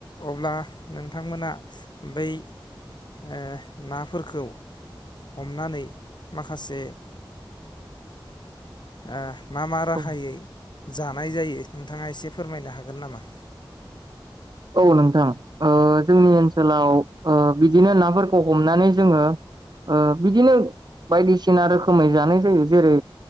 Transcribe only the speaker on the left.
अब्ला नोंथांमोना बै ओ नाफोरखौ हमनानै माखासे ओ मा मा राहायै
जानाय जायो नोंथाङा एसे फोरमायनो हागोन नामा?